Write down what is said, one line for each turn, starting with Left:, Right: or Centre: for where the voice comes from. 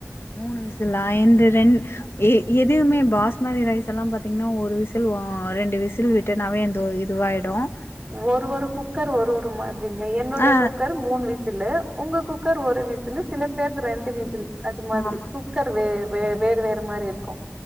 Left: மூணு விசுலா என்து ரெண் எ ஏ எதுமே பாஸ்சுமதி ரைஸ் எல்லா பாத்தீங்கன்னா ஒரு விசுல் ஓ ரெண்டு விசுல் விட்டு <unintelligible> இதுவாயிடும்
Right: ஒரு ஒரு குக்கர் ஒரு ஒரு மாதிரிங்க என்னோடைய
Left: ஆ
Right: குக்கர் மூணு விசுல்லு உங்க குக் குக்கர் ஒரு விசுல்லு சில குக் சில பேர்து ரெண்டு விசுல் அது மாதிரி
Left: ஆமா
Right: குக்கர் வே வேறு வேற மாதிரி இருக்கும்